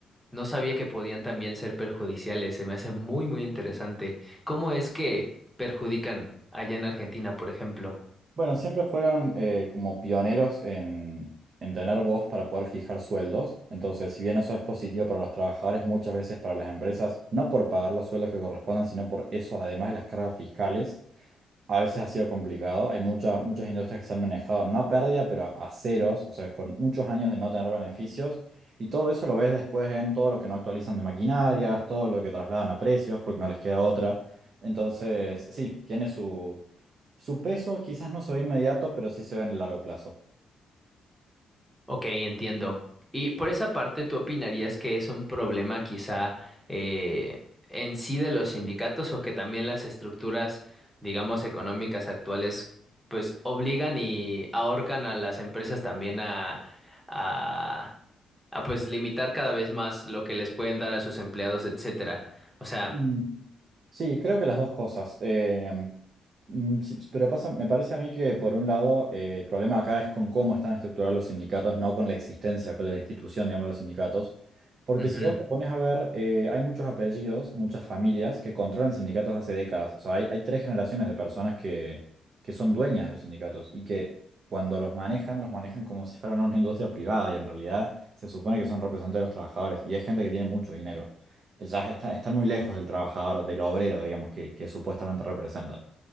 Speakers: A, in the centre; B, on the right (about 50°).
A: no sabía que podían también ser perjudiciales. Se me hace muy, muy interesante. ¿Cómo es que perjudican allá en Argentina, por ejemplo?
B: Bueno, siempre fueron eh, como pioneros en, en tener voz para poder fijar sueldos. Entonces, si bien eso es positivo para los trabajadores, muchas veces para las empresas, no por pagar los sueldos que correspondan, sino por eso, además de las cargas fiscales, A veces ha sido complicado. Hay muchas, muchas industrias que se han manejado, no a pérdida, pero a ceros, o sea, con muchos años de no tener beneficios. Y todo eso lo ves después en todo lo que no actualizan de maquinarias, todo lo que trasladan a precios, porque no les queda otra. Entonces, sí, tiene su, su peso, quizás no se ve inmediato, pero sí se ve en el largo plazo.
A: Ok, entiendo. Y por esa parte, ¿tú opinarías que es un problema quizá eh, en sí de los sindicatos o que también las estructuras, digamos, económicas actuales, pues obligan y ahorcan a las empresas también a, a, a pues limitar cada vez más lo que les pueden dar a sus empleados, etcétera? O sea,
B: Mm. Sí, creo que las dos cosas. Eh, mm, sí, pero pasa, me parece a mí que por un lado eh, el problema acá es con cómo están estructurados los sindicatos, no con la existencia con la institución, digamos, de los sindicatos. Porque
A: ujú,
B: si vos te pones a ver, eh, hay muchos apellidos, muchas familias que controlan sindicatos hace décadas. O sea, hay, hay tres generaciones de personas que, que son dueñas de los sindicatos y que cuando los manejan, los manejan como si fueran una industria privada y en realidad se supone que son representantes de los trabajadores y es gente que tiene mucho dinero ya está- están muy lejos del trabajador, del obrero, digamos, que, que supuestamente representan.